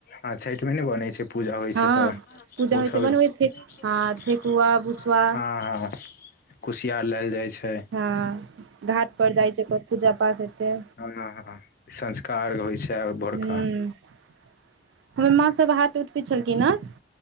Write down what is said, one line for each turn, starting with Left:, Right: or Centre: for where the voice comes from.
Left: ह छैठ मे नेै बनै छैय पूजा होय
Right: हँ
Left: छैय तऽ
Right: पूजा
Left: ओ
Right: होइ
Left: सब
Right: छै बनबै छै
Left: ठकुआ
Right: हँ ठेकुआ भुसवा
Left: ह ह कुसियार लेैल जाय छैय
Right: ह घाट पर जाय छै त पूजा पाठ हेतै
Left: ह हा संझका अरक होय छैय और
Right: हुं।
Left: भोरका
Right: हमर माँ सब हाथ उठबै छेलखिन ह न